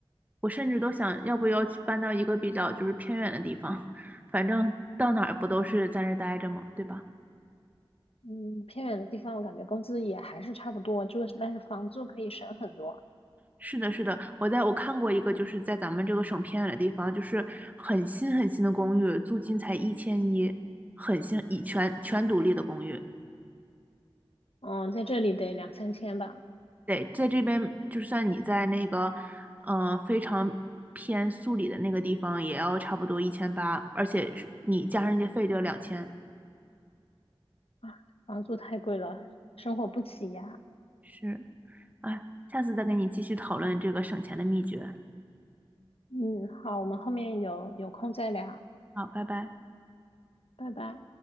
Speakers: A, on the right; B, on the left.
A: 我甚至都想要不要去搬到一个比较就是偏远的地方，反正到哪儿不都是在那儿待着嘛，对吧？
B: 嗯，偏远的地方我感觉工资也还是差不多，就是但是房租可以省很多。
A: 是的，是的，我在我看过一个就是在咱们这个省偏远的地方，就是很新很新的公寓，租金才一千一，很新，以全全独立的公寓。
B: 嗯，在这里得两三千吧。
A: 对，在这边就算你在那个呃非常偏素里的那个地方，也要差不多一千八，而且是你加上一些费就要两千。
B: 啊，房租太贵了，生活不起呀。
A: 是，哎，下次再跟你继续讨论这个省钱的秘诀。
B: 嗯，好，我们后面有有空再聊，
A: 好，拜拜。
B: 拜拜。